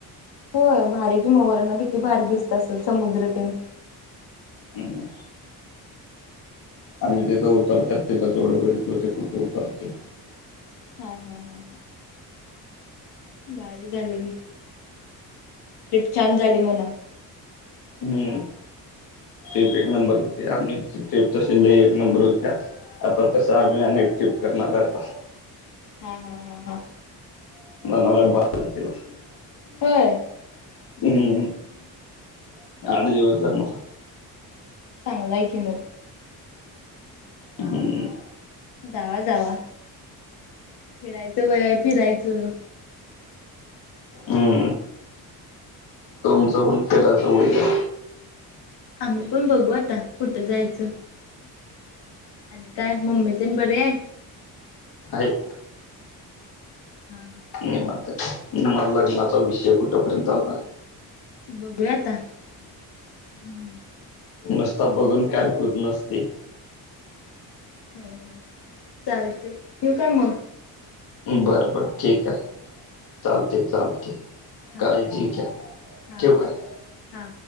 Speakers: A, on the left; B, on the left.
A: होय? भारी कि म वरन किती भारी दिसत असेल समुद्रतेन.
B: हम्म. आणि जिथं उतरतात तिथं तेवढं बसलो ते कुठं उतरते.
A: हा हां हां हां. भारी झालं की. ट्रिप छान झाली म्हणा.
B: हम्म. एक एक नंबर होते. आम्हीच तसेही एक नंबर होत्या. आता तस आम्ही अनेक ट्रिप करणार आहे आता.
A: हां. हां. हां. हां.
B: <unintelligible>
A: होय बरं आहे मग
B: आठ दिवस <unintelligible>
A: चांगलय की मग.
B: हम्म.
A: जावा जावा. फिरायचं वय आहे फिरायचं.
B: हम्म तुमचं पण फिरायचं वय ए.
A: आम्ही पण बघू आता कुठं जायचं? आणि काय? मम्मी तेन बरे ए?
B: आहे.
A: हा. हा
B: निवांत माल लग्नाचा विषय कुठपर्यंत <unintelligible> आहे?
A: बघूया आता हम्म.
B: नसता बघून काय होत नसते.
A: हम्म हम्म चालतोय ठेवू काय मग?
B: बरं बरं ठीक आहे चालते चालते.
A: हा
B: काळजी घ्या
A: हा
B: ठेवू काय
A: हा हा.